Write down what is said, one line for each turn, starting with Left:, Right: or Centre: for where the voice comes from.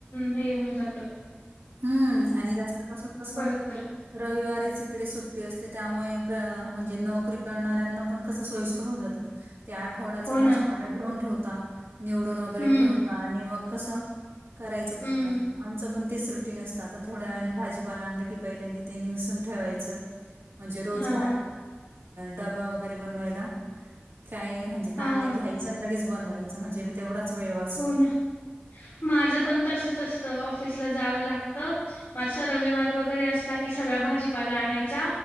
Left: हे होऊन जात
Right: हम्म आणि जास्तपासून कस
Left: परत-परत.
Right: रविवारीच इकडे सुट्टी असते त्यामुळे म्हणजे नोकरी करणाऱ्यांना पण कस सोयस् करून जात त्या आठवड्याच
Left: हो
Right: भाजीपाला
Left: ना.
Right: घेऊन ठेवता निवडून वगैरे
Left: हं,
Right: ठेवता आणि मग कसं करायचं पटकन
Left: हं.
Right: आमचं पण तीस रुटी ंग असत आ थोड्या वनी भाजीपाला आणलं की पहिल्यांद ते नसून ठेवायचं म्हणजे रोज
Left: हां,
Right: डबा वगैरे बनवायला काय म्हणजे
Left: हां.
Right: तानणे घ्यायचं लगेच बनवायचं म्हणजे तेवढाच वेळ वाचतो
Left: हो ना. माझं पण तसच असतं ऑफिसला जावं लागत मा रविवार वगैरे असला की सगळा भाजीपाला आणायचा